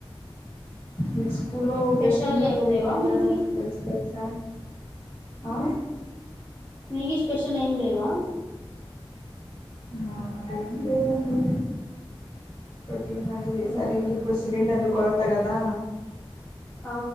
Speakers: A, on the left (about 55°); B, on the left (about 20°).
A: మిక్స్ స్కూల్ లో
B: స్పెషల్
A: బెస్ట్ మెమోరీ
B: ఏం లేవా
A: ఎంటొ
B: మీకి
A: తెలుసు పొ సా ఆ
B: మీగీ స్పెషల్ ఏం లేవా
A: హా అదేం లేదండి తినడానికి చేశారు
B: ఉమ్,
A: ఇంకెప్పు సిలిండర్లు కొరత కదా
B: ఆ